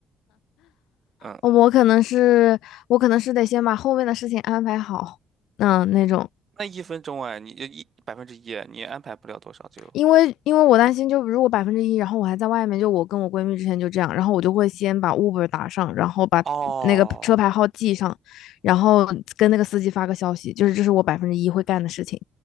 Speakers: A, on the right (about 40°); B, on the left (about 80°).
A: 嗯。
B: 我可能是我可能是得先把后面的事情安排好，嗯，那种，
A: 那一分钟哎，你一百分之一，你安排不了多少就。
B: 因为因为我担心，就如果百分之一，然后我还在外面，就我跟我闺蜜之前就这样，然后我就会先把 Uber 打上，然后把那个车牌号记上，
A: 哦
B: 然后跟那个司机发个消息，就是这是我百分之一会干的事情，